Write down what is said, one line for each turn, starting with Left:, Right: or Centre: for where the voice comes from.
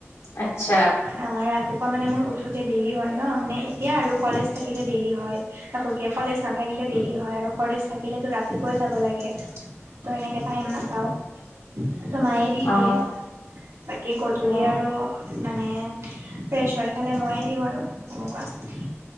Left: আচ্ছা।
Right: ন ৰাতিপুৱা মানে মোৰ উঠোতে দেৰি হয় ন মানে এতিয়া আৰু কলেজ থাকিলে দেৰি হয়। তাকো কলেজ নাথাকিলে দেৰি হয় আৰু কলেজ থাকিলেতো ৰাতিপুৱাই যাব লাগে। ত এনেকে তাইম নাপাওঁ ত মায়ে, দি
Left: অ'
Right: দিয়ে, বাকি গধূলি
Left: অ'
Right: আৰু মানে ফ্ৰেছ হৈ পালে ময়ে দিওঁ আৰু এনেকুৱা।